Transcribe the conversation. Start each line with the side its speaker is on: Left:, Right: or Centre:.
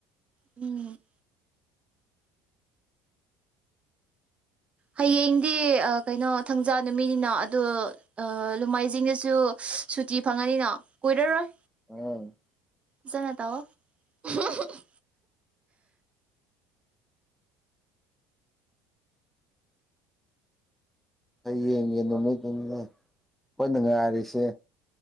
Right: ꯎꯝ ꯍꯌꯦꯡꯗꯤ ꯀꯩꯅꯣ ꯊꯪꯖꯥ ꯅꯨꯃꯤꯠꯅꯤꯅ ꯑꯗꯨ ꯂꯨꯝꯃꯥꯏꯖꯤꯡꯗꯁꯨ ꯁꯨꯇꯤ ꯐꯪꯉꯅꯤꯅ ꯀꯨꯏꯔꯔꯣꯏ
Centre: ꯎꯝ
Right: ꯐꯖꯟꯅꯥ ꯇꯧ <unintelligible>
Centre: ꯍ ꯌꯦꯡꯒꯤ ꯅꯨꯃꯤꯠꯅꯤ ꯑꯩꯈꯣꯏꯅ ꯉꯥꯏꯔꯤꯁꯦ